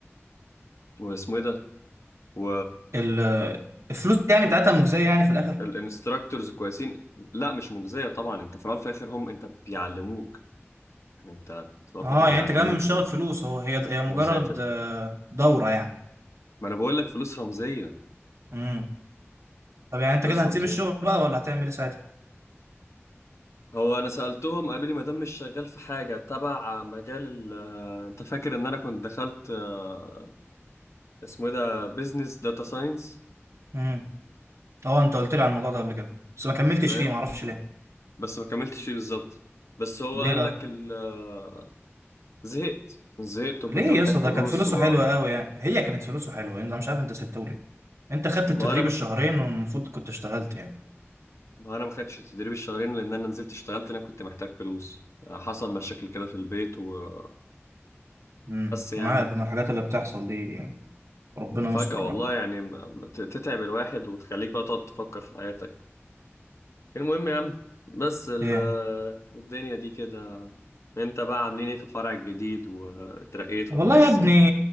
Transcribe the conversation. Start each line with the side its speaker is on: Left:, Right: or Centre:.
Left: واسمه ايه ده و
Right: ال- الفلوس يعني
Left: ال-
Right: بتاعتها مجزية يعني في الآخر
Left: الانستراكتورز كويسين لا مش مجزية طبعا انت في الاول وفي الاخر هم انت بيعلموك يعني انت في الاول
Right: اه
Left: وفي الاخر بيعلموك
Right: يعني انت كمان مش شغل
Left: و...
Right: فلوس هو هي هي مجرد
Left: وزي ت-
Right: آه، دورة يعني
Left: ما انا بقول لك فلوس رمزية
Right: امم طب يعني انت
Left: فلوس
Right: كده هتسيب
Left: رمزية
Right: الشغل بقى ولا هتعمل ايه ساعتها؟
Left: هو انا سالتهم قالوا لي ما دام مش شغال في حاجه تبع مجال ال آه، انت فاكر ان انا كنت دخلت آه، اسمه ايه ده بيزنس داتا ساينس
Right: امم اه انت قلت لي على الموضوع ده قبل كده بس ما كملتش
Left: فاهم
Right: فيه معرفش ليه
Left: بس ما كملتش فيه بالظبط بس هو قال
Right: ليه بقى؟
Left: لك ال- آه، زهقت زهقت وكنت
Right: ليه
Left: محتاج
Right: يا اسطى
Left: فلوس
Right: ده كانت فلوسه
Left: وما
Right: حلوة قوي يعني هي كانت فلوسه حلوة انت مش عارف انت سبته ليه انت خدت التدريب
Left: انا ما
Right: الشهرين والمفروض كنت اشتغلت يعني
Left: ما انا ما خدتش التدريب الشهرين لان انا نزلت اشتغلت لان أنا كنت محتاج فلوس يعني حصل مشاكل كده في البيت وبس
Right: امم
Left: يعني
Right: انا عارف انا الحاجات اللي بتحصل دي يعني ربنا
Left: فجأة
Right: يستر
Left: والله
Right: بقى
Left: يعني ما- ما تتعب الواحد وتخليك بقى تقعد تفكر في حياتك المهم يا عم بس ال-
Right: ايه
Left: الدنيا دي كده انت بقى عاملين ايه في الفرع الجديد واترقيت
Right: والله
Left: ولا لسه
Right: يا ابني